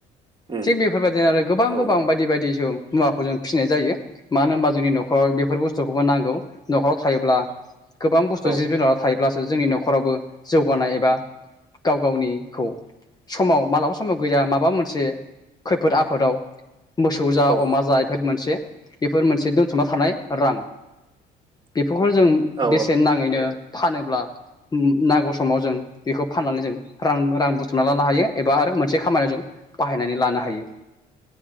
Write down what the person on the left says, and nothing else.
थिग बेफोरबायदिनो आरो गोबां
गोबां बायदि बायदि जो मुवाखौ जों फिनाय जायो मानो होमबा जोंनि न'खराव बेफोर बुस्थुखौबो नांगौ न'खराव थायोब्ला गोबां बुस्थु
जिब जुनारा थाय ब्लासो जोंनि न'खरावबो जौगानाय एबा गाव गावनिखौ समाव मालाबा समाव गैया माबा मोनसे खैफोद आफोदाव मोसौ जा
अमा जा बेफोर मोनसे बेफोर मोनसे दोनथुमना थानाय रां बे खौहाय जों
बेसेन नाङैनो फानोब्ला नांगौ समाव जों बेखौ फाननानै जों रां रां बुथुमना लानो हायो एबा आरो मोनसे खामानियाव जों बाहायनानै लानो हायो